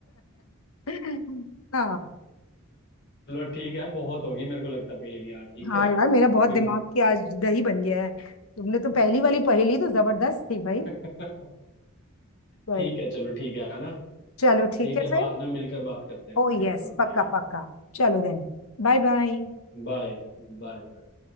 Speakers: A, on the left (about 70°); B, on the left (about 55°).
A: <laughs> हाँ
B: चलो ठीक है बहुत होगी मेरे को लगता पहेलियाँ ठीक
A: हाँ
B: है अभी
A: यार मेरा बहुत दिमाग की आज दही बन गया है तुमने तो पहली वाली पहेली तो जबरदस्त थी भाई
B: मि- <laughs>
A: भाई
B: ठीक है चलो ठीक है है ना
A: चलो ठीक
B: ठीक
A: है
B: है
A: फिर
B: बाद में मिलकर बात करते हैं ओके
A: ओ यस
B: ओके
A: पक्का पक्का चलो देन Bye bye
B: बाय बाय बाय।